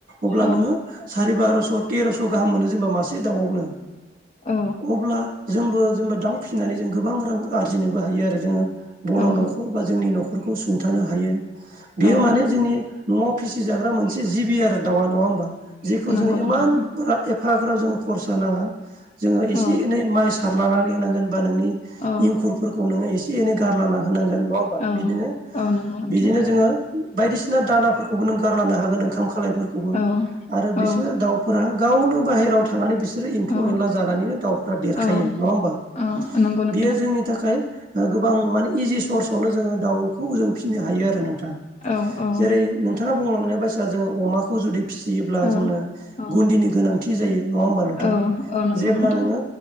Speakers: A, on the right (about 50°); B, on the left (about 35°).
A: अब्ला
B: औ
A: नोङो सारि बार'स' तेर'स' गाहाम मोनो जेनेबा मासे दाउआवनो।
B: औ।
A: अब्ला जोंबो जोंबो दाउ फिसिनानै जों गोबां रां आरजिनोबो हायो आरो जोङो बर'
B: औ
A: न'खर बा जोंनि न'खरखौ सुंथानो हायो बेयो
B: औ
A: माने जोंनि न'आव फिसिजाग्रा मोनसे जिबि आरो दाउआ नङा होमबा जेखौ
B: नंगौ
A: जोंङो
B: नोंथां
A: इमान बारा एफाग्राब जोङो खरसा नाङा जोङो
B: औ
A: एसे एनै माइ सारलानानै होनांगोन बा नोंनि
B: औ
A: इंखुरफोरखौ नोङो एसे एनै गारला होनांगोन नङा होमबा
B: औ
A: बिदिनो
B: औ नंगौ नोंथां
A: बिदिनो जोङो बायदिसिना दाना फोरखौबो नों गारलानो हागोन ओंखाम खालायफोरखौबो
B: औ
A: आरो
B: औ
A: बिसोरो दाउ फोरा गावनो बाहेरायाव थानानै बिसोरो एम्फौ-एनला
B: औ
A: जानानैनो दाउफोरा देरखायो
B: औ
A: नङा होमबा?
B: औ नंगौ। नोंथां
A: बेयो जोंनि थाखाय ओ गोबां माने इजि सर्स आवनो जोङो दाउखौ जों फिनो हायो आरो नोंथां।
B: औ औ
A: जेरै नोंथाङा बुंलांनाय बायसा जोङो अमाखौ जुदि फिसियोब्ला
B: औ
A: जोंनो
B: औ
A: गुन्दिनि गोनांथि जायो नङा होमबा नोंथां?
B: औ औ नंगौ
A: जेब्ला
B: नोंथां
A: नोङो